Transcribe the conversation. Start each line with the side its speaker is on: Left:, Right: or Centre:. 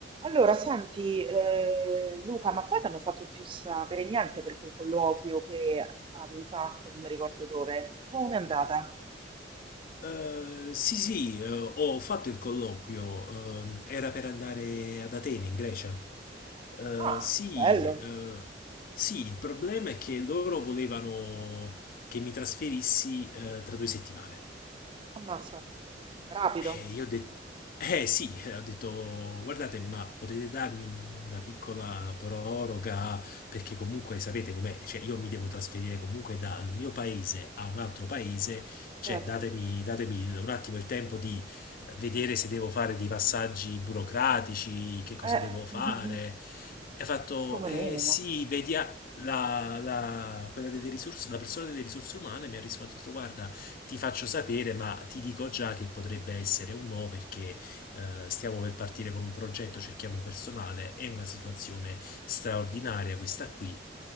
Right: Allora, senti, eh, Luca, ma poi ti hanno fatto più sapere niente per quel colloquio che avevi fatto, non mi ricordo dove. Come è andata?
Left: Eh, sì, sì, eh, ho fatto il colloquio, ehm, era per andare ad Atene, in Grecia. Eh,
Right: Ah,
Left: sì,
Right: bello.
Left: eh, sì, il problema è che loro volevano che mi trasferissi, eh, tra due settimane.
Right: Ammazza. Rapido.
Left: E io ho detto, eh sì, eh, ho detto, guardate, ma potete darmi un- una piccola proroga? Perché comunque sapete com'è, cioè io mi devo trasferire comunque dal mio paese a un altro paese, cioè
Right: Certo.
Left: datemi, datemi il- un attimo il tempo di eh, vedere se devo fare dei passaggi burocratici, che cosa
Right: Eh,
Left: devo fare.
Right: <laughs>
Left: E ha fatto,
Right: come
Left: eh
Right: minimo.
Left: sì, vedi, ah, la, la- quella delle risorse, la persona delle risorse umane mi ha risposto, ha detto, guarda, ti faccio sapere, ma ti dico già che potrebbe essere un no perché eh, stiamo per partire con un progetto, cerchiamo personale, è una situazione straordinaria questa qui,